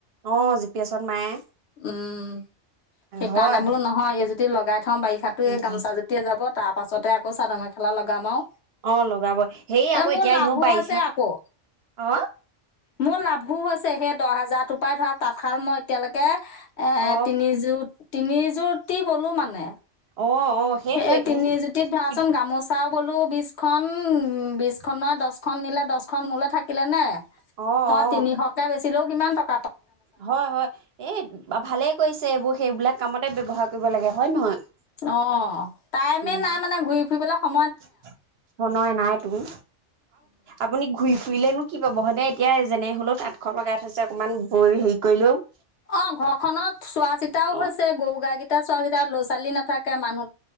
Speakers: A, on the right; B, on the left.
A: অ জি পি এছত মায়ে।
B: উম, সেইকাৰণে
A: হয়।
B: বোলো নহয় এইজুতি লগাই <unintelligible> বাৰিষাতো
A: উম
B: এই গামোচা
A: উম
B: জুতিয়ে যাব তাৰ পাছতে আকৌ চাদৰ মেখেলা লগাম আও,
A: অ লগাবই সেই আকৌ
B: এ মোৰ
A: এতিয়া
B: লাভো
A: এনেও বাৰিষা
B: হৈছে আকৌ।
A: অ
B: মোৰ লাভ ভু হৈছে সেই দহ হাজাৰটোৰ পৰাই ধৰা তাঁতশাল মই এতিয়ালৈকে এ
A: অ
B: তিনি জুত তিনিজুতি বলো মানে
A: অ অ সেইটোৱেইটো
B: সেই তিনি জুতিত ধৰাচোন
A: কি
B: গামোচাও বলো বিশখন বিশখনৰ দহখন নিলে দহখন মোলৈ <unintelligible> থাকিলে নে,
A: অ
B: মই
A: অ
B: তিনিশকে বেচিলো কিমান ট-
A: হয় হয় এই ভালেই কৰিছে এইবোৰ সেইবিলাক কামতে ব্যৱহাৰ কৰিব কৰিব লাগে হয় নহয়?
B: অঁ টাইমে
A: উম
B: নাই মানে ঘূৰি ফুৰিবলে সম
A: <unintelligible> আৰু আপুনি ঘূৰি <unintelligible> ফুৰিলেনো কি পাব হয়নে এতিয়া যেনে হলেও তাঁতখন লগাই থৈছে অকণমান বৈ হেৰি কৰিলেও
B: অণ ঘৰখনত চোৱা-চিতাও
A: অ
B: হৈছে গৰু গাই কেইটা চোৱা-চিতা ল'ৰা ছোৱালী না থাকে মানুহ